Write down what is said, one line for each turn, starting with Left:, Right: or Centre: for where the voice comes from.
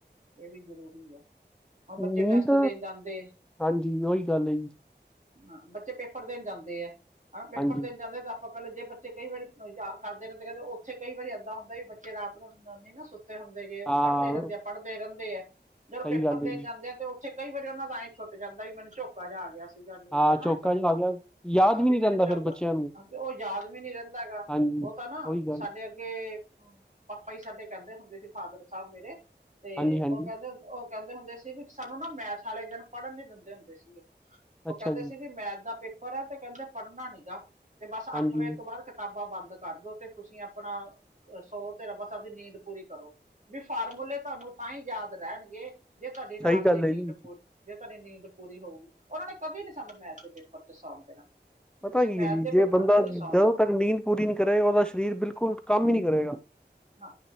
Right: ਇਹ ਵੀ ਜ਼ਰੂਰੀ ਹੈ। ਹੁਣ ਬੱਚੇ
Centre: ਨੀਂਦ
Right: ਟੈਸਟ ਦੇਣ ਜਾਂਦੇ
Centre: ਹਾਂਜੀ ਉਹੀ ਗੱਲ ਹੈ ਜੀ
Right: ਹਾਂ ਬੱਚੇ ਪੇਪਰ ਦੇਣ ਜਾਂਦੇ ਆ ਹਨਾ ਪੇਪਰ
Centre: ਹਾਂਜੀ
Right: ਦੇਣ ਜਾਂਦੇ ਆ ਤੇ ਆਪਾਂ ਪਹਿਲਾਂ ਜੇ ਬੇ ਤੇ ਕਈ ਵਾਰੀ ਯਾਦ ਕਰਦੇ ਕਹਿੰਦੇ ਰਹਿੰਦੇ ਉੱਥੇ ਕਈ ਵਾਰੀ ਇਦਾਂ ਹੁੰਦਾ ਵੀ ਬੱਚੇ ਰਾਤ ਨੂੰ ਨਾ ਹੁੰਦੇ ਗੇ ਉਹ
Centre: ਹਾਂ
Right: ਪੜ੍ਹਦੇ ਰਹਿੰਦੇ ਆ ਪੜ੍ਹਦੇ ਰਹਿੰਦੇ ਹੈ ਜਦੋਂ
Centre: ਸਹੀ
Right: ਪੇਪਰ
Centre: ਗੱਲ
Right: ਦੇਣ
Centre: ਹੈ ਜੀ
Right: ਜਾਂਦੇ ਆ ਤੇ ਤੇ ਕਈ ਵਾਰੀ ਉਹਨਾ ਦਾ ਇਹੀ ਛੁਟ ਜਾਂਦਾ ਮਨ ਚੋ ਮਜਾ ਆ ਗਿਆ ਸੀਗਾ ਨੀਂਦ
Centre: ਹਾਂ
Right: ਦਾ ਨਾ
Centre: ਚੌਕਾ
Right: ਏਦਾਂ
Centre: ਜਿਹਾ ਆ ਗਿਆ ਯਾਦ
Right: ਵੀ
Centre: ਨਹੀਂ ਰਹਿੰਦਾ
Right: ਮੈਨੂੰ
Centre: ਫਿਰ
Right: ਚੁੱਕ
Centre: ਬੱਚਿਆਂ ਨੂੰ
Right: ਉਹ ਯਾਦ ਵੀ ਨੀ ਰਹਿੰਦਾ ਹੈਗਾ
Centre: ਹਾਂਜੀ
Right: ਉਹ ਤਾਂ ਨਾ
Centre: ਉਹੀ ਗੱਲ
Right: ਸਾਡੇ ਅੱਗੇ ਪਾਪਾ ਹੀ ਸਾਡੇ ਕਹਿੰਦੇ ਹੁੰਦੇ ਸੀ। ਫਾਦਰ ਸਾਹਿਬ ਮੇਰੇ ਤੇ
Centre: ਹਾਂਜੀ
Right: ਉਹ
Centre: ਹਾਂਜੀ
Right: ਕਹਿੰਦੇ ਉਹ ਕਹਿੰਦੇ ਹੁੰਦੇ ਸੀ ਵੀ ਸਾਨੂੰ ਨਾ ਮੈਥ ਵਾਲੇ ਦਿਨ ਪੜ੍ਹਨ ਨੀ ਦਿੰਦੇ ਹੁੰਦੇ ਸੀਗੇ ਉਹ
Centre: ਅੱਛਾ
Right: ਕਹਿੰਦੇ
Centre: ਜੀ
Right: ਸੀ ਵੀ ਮੈਥ ਦਾ ਪੇਪਰ ਹੈ ਤੇ ਕਹਿੰਦੇ ਪੜ੍ਹਨਾ ਨੀ ਗਾ ਤੇ ਬਸ
Centre: ਹਾਂਜੀ
Right: ਅੱਠ ਵਜੇ ਤੋਂ ਬਾਅਦ ਕਿਤਾਬਾਂ ਬੰਦ ਕਰਦੋ ਤੇ ਤੁਸੀਂ ਆਪਣਾ ਸੋ ਤੇ ਰੱਬਾ ਸਾਹਿਬ ਦੀ ਨੀਂਦ ਪੂਰੀ ਕਰੋ ਇਹ ਫਾਰਮੂਲੇ ਤੁਹਾਨੂੰ ਤਾਂ ਹੀ ਯਾਦ ਰਹਿਣਗੇ ਜੇ ਤੁਹਾਡੀ ਰਾਤ
Centre: ਸਹੀ ਗੱਲ
Right: ਦੀ ਨੀਂਦ
Centre: ਹੈ ਜੀ
Right: ਪੂਰੀ। ਜੇ ਤੁਹਾਡੀ ਨੀਂਦ ਪੂਰੀ ਹੋਊਗੀ ਉਹਨਾਂ ਨੇ ਕਦੇ ਨੀ ਸਾਨੂੰ ਮੈਥ ਦੇ ਪੇਪਰ 'ਚ ਸੌਂਣ ਦੇਣਾ। ਵੀ
Centre: ਪਤਾ
Right: ਤੁਸੀਂ
Centre: ਕੀ
Right: ਮੈਥ
Centre: ਹੈ ਜੀ
Right: ਦੇ ਪੇਪਰ
Centre: ਜੇ ਬੰਦਾ
Right: 'ਚ ਨਹੀਂ
Centre: ਜਦੋਂ
Right: ਸੌਣਾ
Centre: ਤੱਕ ਨੀਂਦ ਪੂਰੀ ਨੀ ਕਰੇ ਉਹਦਾ ਸਰੀਰ ਬਿਲਕੁਲ ਕੰਮ ਹੀ ਨਹੀਂ ਕਰੇਗਾ।
Right: ਹਾਂ